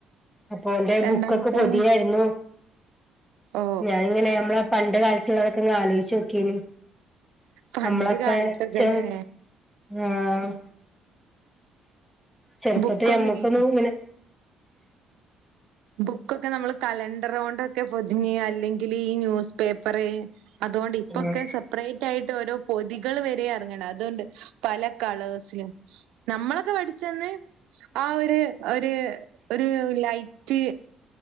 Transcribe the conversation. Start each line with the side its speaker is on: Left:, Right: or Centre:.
Centre: അപ്പൊ എന്റെ
Right: രണ്ടാമത്തോന്
Centre: ബുക്കൊക്കെ പൊതിയായിരുന്നു
Right: ഓ
Centre: ഞാനിങ്ങനെ നമ്മളെ പണ്ട് കാലത്തുള്ളതൊക്കെ ഒന്ന് ആലോചിച്ച് നോക്കിയേന്
Right: പണ്ട്
Centre: നമ്മളൊക്കെ
Right: കാലത്തൊക്കെല്ലേ
Centre: ചെ ആഹ് ചെറുപ്പത്തി
Right: ബുക്കൊന്നും
Centre: നമ്മക്കൊന്നും
Right: ഇല്ല
Centre: ഇങ്ങനെ
Right: ബുക്കൊക്കെ നമ്മള് കലണ്ടറ് കൊണ്ടൊക്കെ പൊതിഞ്ഞ് അല്ലെങ്കിൽ ഈ ന്യൂസ് പേപ്പറ് അതുകൊണ്ട് ഇപ്പൊക്കെ
Centre: ആഹ്
Right: സെപ്പറേറ്റ് ആയിട്ട് ഓരോ പൊതികൾ വരെ ആഹ് അതുകൊണ്ട് പല കളേഴ്സിലും നമ്മളൊക്കെ പഠിച്ച അന്ന് ആഹ് ഒരു ഒരു ഒരു ലൈറ്റ്